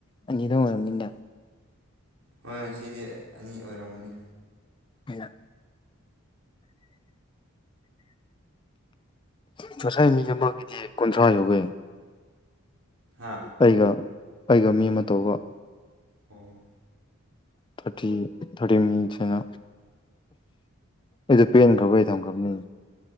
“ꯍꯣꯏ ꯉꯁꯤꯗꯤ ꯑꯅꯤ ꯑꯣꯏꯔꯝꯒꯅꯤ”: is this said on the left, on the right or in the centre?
Right